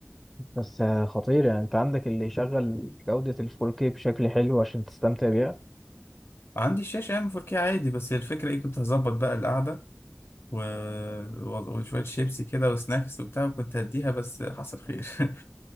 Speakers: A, in the centre; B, on the left (about 60°).
A: بس آه، خطير يعني انت عندك اللي يشغل جودة ال 4K بشكل حلو عشان تستمتع بيها
B: عندي الشاشة ام 4K عادي بس هي الفكرة ايه كنت هظبط بقى القعدة و... و- وشوية شيبسي كده وسناكس وبتاع وكنت هديها بس حصل خير <laughs>